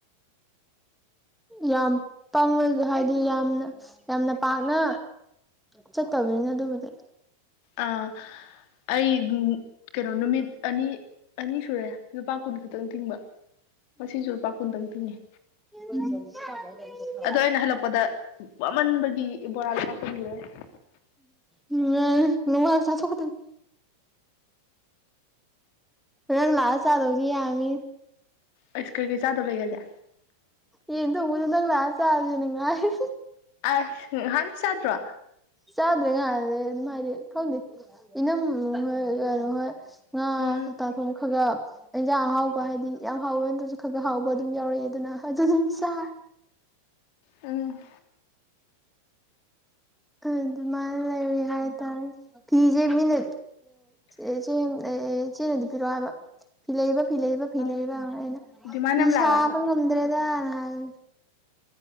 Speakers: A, in the centre; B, on the left (about 45°).
A: ꯌꯥꯝ ꯄꯪꯅ ꯍꯥꯏꯗꯤ ꯌꯥꯝꯅ ꯌꯥꯝꯅ ꯄꯥꯛꯅ꯫ ꯆꯠꯇꯕꯅꯤꯅ ꯑꯗꯨꯕꯨꯗꯤ꯫
B: ꯑꯥ ꯑꯩ ꯀꯩꯅꯣ ꯅꯨꯃꯤꯠ ꯑꯅꯤ ꯑꯅꯤ ꯁꯨꯔꯦ ꯂꯨꯄꯥ ꯀꯨꯟ ꯈꯛꯇꯪ ꯇꯤꯡꯕ ꯉꯥꯁꯤꯁꯨ ꯂꯨꯄꯥ ꯀꯨꯟ ꯇꯪ ꯇꯤꯡꯉ‌ꯦ
A: ꯎꯝ <unintelligible>
B: ꯑꯗꯣ ꯑꯩꯅ ꯍꯜꯂꯛꯄꯗ ꯋꯥꯃꯟꯕꯒꯤ ꯕꯣꯔꯥ ꯂꯨꯄꯥ ꯀꯨꯟꯒꯤ ꯂꯩꯔꯛꯑꯦ
A: ꯎꯝ ꯌꯥꯔ‌ꯦ ꯅꯨꯡꯉꯥꯏ ꯆꯊꯣꯛꯀꯗꯕꯅꯤ ꯅꯪ ꯂꯥꯛꯑꯥ ꯆꯥꯗꯔ꯭ꯗꯤ ꯌꯥꯔꯔꯣꯏ
B: ꯑꯩꯁ ꯀꯔꯤ ꯀꯩ ꯆꯥꯗꯣ ꯂꯩ ꯍꯥꯏꯗꯥꯏ
A: ꯌꯦꯟ ꯊꯣꯡꯕꯗꯣ ꯅꯪ ꯂꯥꯛꯑ ꯆꯥꯒꯦꯅ ꯉꯥꯏꯔꯤ
B: ꯑꯁ ꯉꯍꯥꯟ ꯆꯗ꯭ꯔꯣ
A: ꯆꯥꯗ꯭ꯔꯦ ꯉꯍꯥꯟꯗꯩꯩ ꯑꯗꯨꯝ ꯍꯥꯢꯗꯤ ꯈꯪꯗꯦ ꯏꯅꯝꯃ ꯃꯣꯏ ꯀꯩꯅꯣ ꯍꯣꯏ ꯉꯥ
B: ꯎꯝ
A: ꯀꯣꯛꯇꯥ ꯊꯣꯡꯕ ꯈꯔꯥ ꯏꯟꯖꯥꯡ ꯑꯍꯥꯎꯕ ꯍꯥꯏꯗꯤ ꯌꯥꯝ ꯍꯥꯎꯕ ꯅꯠꯇ꯭ꯔꯁꯨ ꯈꯒ ꯍꯥꯎꯕ ꯑꯗꯨꯝ ꯌꯥꯎꯔꯛꯑꯦ ꯑꯗꯨꯅ ꯑꯗꯨ ꯑꯗꯨꯝ ꯆꯔꯦ
B: ꯑꯝ
A: ꯑꯗꯨꯃꯥꯏ ꯂꯩꯔꯤ ꯍꯥꯏꯇꯥꯔꯦ ꯐꯤꯁꯦ ꯃꯤꯅ ꯑꯦ ꯆꯦꯅꯗꯤ ꯄꯤꯔꯣꯑꯣ ꯍꯥꯏꯕ ꯐꯤ ꯂꯩꯕ ꯐꯤ ꯂꯩꯕ ꯐꯤ
B: ꯑ
A: ꯂꯩꯕ ꯑꯩꯅ
B: ꯗꯤꯃꯥꯟ
A: ꯐꯤ
B: ꯌꯥꯝ ꯂꯥꯛꯑꯕ
A: ꯁꯥꯕ ꯉꯝꯗ꯭ꯔꯦꯗꯅ ꯍꯥꯏꯕ